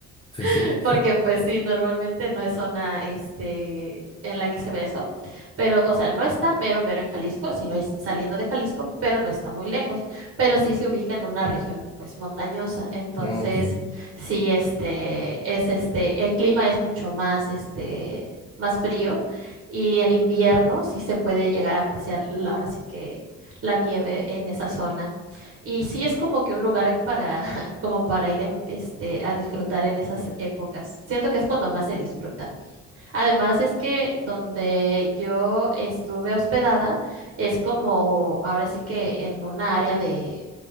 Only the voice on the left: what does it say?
Pues sí,
No, ok.